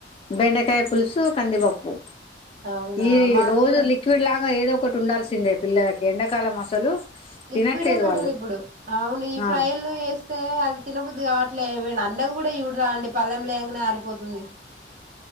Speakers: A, on the left; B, on the right.
A: బెండకాయ పులుసు కందిపప్పు
B: అవునా
A: ఈ
B: మాది
A: రోజు
B: కూడా
A: లిక్ విడ్ లాగా ఏదో ఒకటి ఉండాల్సిందే పిల్లలకి ఎండకాలం అసలు
B: లిక్విడే
A: తినట్లేదు
B: బెటర్
A: వాళ్ళు
B: ఇప్పుడు అవును ఈ ఫ్రైలు
A: ఆ
B: ఏస్తే అది తినబద్దుదికావ అట్ల ఏమన్న అన్నం కూడ చూడరాదండి పళ్లెంల ఎయ్యంగనే ఆరిపోతుంది